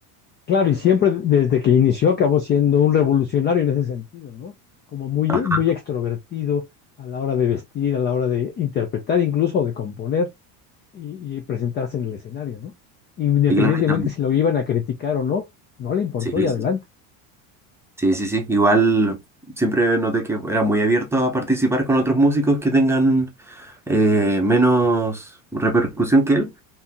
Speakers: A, on the left (about 25°); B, in the centre.
A: claro, y siempre desde que inició acabó siendo un revolucionario en ese sentido, ¿no? Como muy,
B: Ajá,
A: muy extrovertido a la hora de vestir, a la hora de interpretar, incluso de componer y, y presentarse en el escenario, ¿no? Independientemente
B: sí, claro, y tam-
A: si lo iban a criticar o no, no le importó
B: sí, sí,
A: y adelante.
B: sí, sí, sí. sí. Igual siempre noté que era muy abierto a participar con otros músicos que tengan eh, menos repercusión que él.